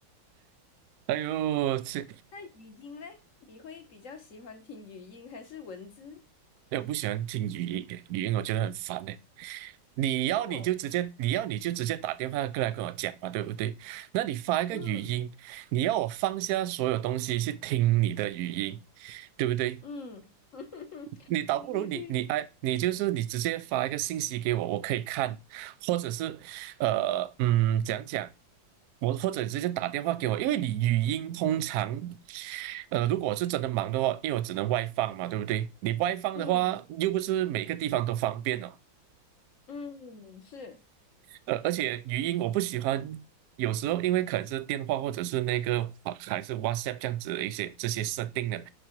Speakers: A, on the right; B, on the left.
A: 哎呦，这
B: 那语音嘞，你会比较喜欢听语音还是文字？
A: 哎，我不喜欢听语音，语音我觉得很烦哎。你要你就直接，
B: 哦，
A: 你要你就直接打电话过来跟我讲嘛，对不对？那你发一个语音，
B: 嗯
A: 你要我放下所有东西去听你的语音，对不对？
B: 嗯，<laughs>
A: 你倒不如你你哎，
B: 对对对。
A: 你就是你直接发一个信息给我，我可以看，或者是呃嗯讲讲，我或者直接打电话给我，因为你语音通常，呃如果是真的忙的话，因为我只能外放嘛，对不对？你外放的话，
B: 嗯
A: 又不是每个地方都方便哦。
B: 嗯，是，
A: 而而且语音我不喜欢，有时候因为可能是电话或者是那个啊还是 WhatsApp 这样子的一些这些设定的，